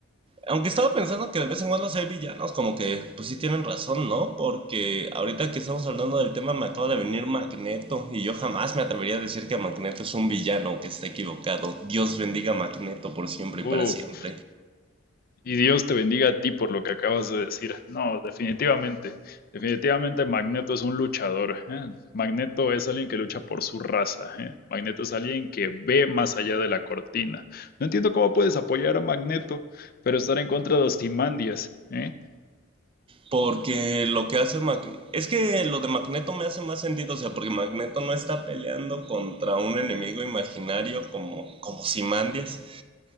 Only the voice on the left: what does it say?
uf,
Y Dios te bendiga a ti por lo que acabas de decir. No, definitivamente, definitivamente Magneto es un luchador. ¿eh? Magneto es alguien que lucha por su raza. ¿eh? Magneto es alguien que ve más allá de la cortina. No entiendo cómo puedes apoyar a Magneto, pero estar en contra de Osimandias. ¿eh?